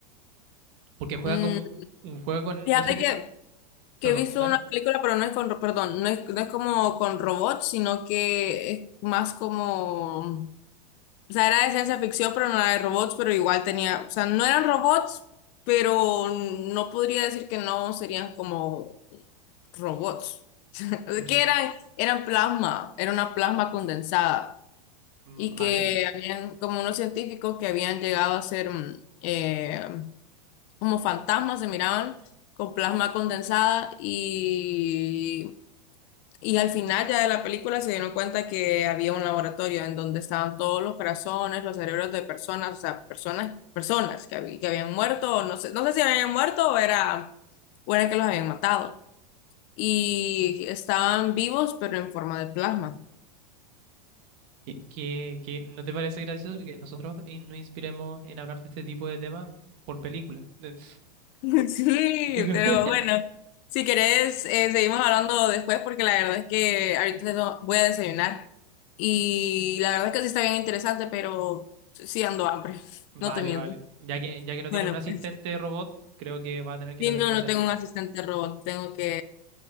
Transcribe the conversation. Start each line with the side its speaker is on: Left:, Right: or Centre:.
Right: Porque juega
Left: Mm,
Right: con un juego con
Left: fíjate
Right: eso que.
Left: que, que
Right: Perdón,
Left: he visto
Right: dale.
Left: una película, pero no es con, ro- perdón, no es, no es como con robots, sino que es más como, o sea, era de ciencia ficción, pero no era de robots, pero igual tenía, o sea, no eran robots, pero no podría decir que no serían como robots. <laughs> Es
Right: <laughs>
Left: Que eran, eran plasma, era una plasma condensada
Right: Vale.
Left: y que habían como unos científicos que habían llegado a ser mm, eh, como fantasmas, se miraban con plasma condensada y, y al final ya de la película se dieron cuenta que había un laboratorio en donde estaban todos los corazones, los cerebros de personas, o sea, personas, personas que, hab- que habían muerto, o no sé, no sé si habían muerto o era, o era que los habían matado. Y estaban vivos, pero en forma de plasma.
Right: ¿Qué, qué- qué- no te parece gracioso que nosotros in- nos inspiremos en hablar de este tipo de temas por película? De-
Left: <laughs> Sí,
Right: <laughs>
Left: pero bueno, si querés, eh, seguimos hablando después porque la verdad es que ahorita no voy a desayunar y la verdad es que sí está bien interesante, pero sí ando hambre, <laughs>
Right: Vale,
Left: no te miento.
Right: vale. Ya que, ya que no tiene
Left: Bueno,
Right: un asistente
Left: pues,
Right: robot, creo que va a tener que
Left: sí,
Right: ir a hacerte
Left: no,
Right: desayuno.
Left: no tengo un asistente robot, tengo que